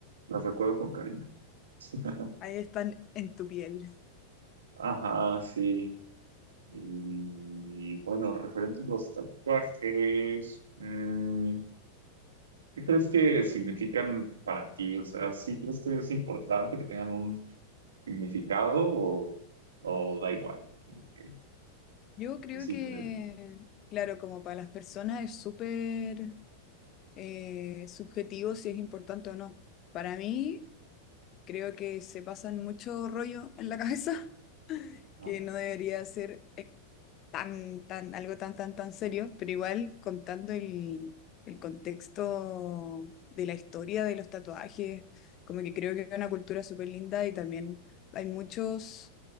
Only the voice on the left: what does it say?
Ahí están en tu piel.
Yo
creo que,
claro, como para las personas es súper eh, subjetivo si es importante o no. Para mí, creo que se pasan mucho rollo en la <laughs> cabeza,
que no debería ser tan, tan, algo tan, tan, tan serio, pero igual contando el, el contexto de la historia de los tatuajes, como que creo que es una cultura súper linda y también hay muchos